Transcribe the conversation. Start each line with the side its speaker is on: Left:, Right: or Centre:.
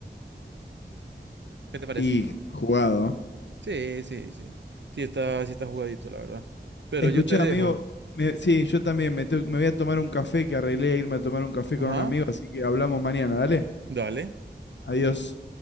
Right: ¿Qué te parece?
Left: y jugado.
Right: Sí, sí, sí. Sí está, sí está jugadito, la verdad. Pero
Left: Escuchá,
Right: yo te dejo.
Left: amigo, me- sí, yo también me, tengo- me voy a tomar un café que arreglé irme a tomar un café
Right: Ajá,
Left: con un amigo, así que hablamos mañana, dale.
Right: dale.
Left: Adiós.